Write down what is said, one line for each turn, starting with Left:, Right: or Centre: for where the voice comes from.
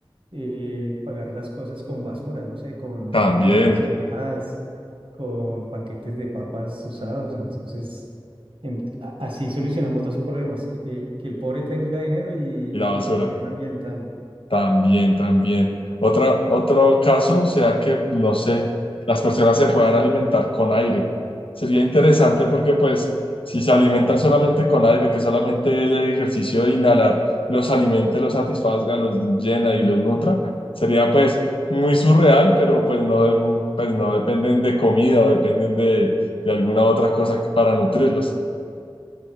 Right: eh, pagar las cosas con basura, no sé, con
Left: también.
Right: botellas recicladas, con paquetes de papas usados. Entonces, em- a- así solucionamos dos problemas, que, eh, que el pobre tenga dinero y,
Left: Y la basura.
Right: y el tema ambiental.
Left: También, también. Otra, otro caso sea que, no sé, las personas se puedan alimentar con aire. Sería interesante porque, pues, si se alimentan solamente con aire, que solamente el ejercicio de inhalar los alimente, los satisfazga, los llena y los nutra, sería, pues, muy surreal, pero, pues, no, pues, no dependen de comida o dependen de, de alguna otra cosa para nutrirlos.